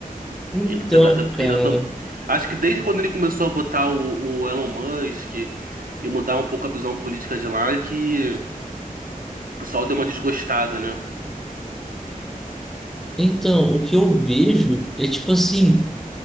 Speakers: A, in the centre; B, on the right.
A: Então,
B: Ele tá, tá- tá-
A: cara,
B: ele tá- acho que desde quando ele começou a botar o, o Elon Musk e mudar um pouco a visão política de lá, é que o pessoal deu uma desgostada, né?
A: então, o que eu vejo é tipo assim,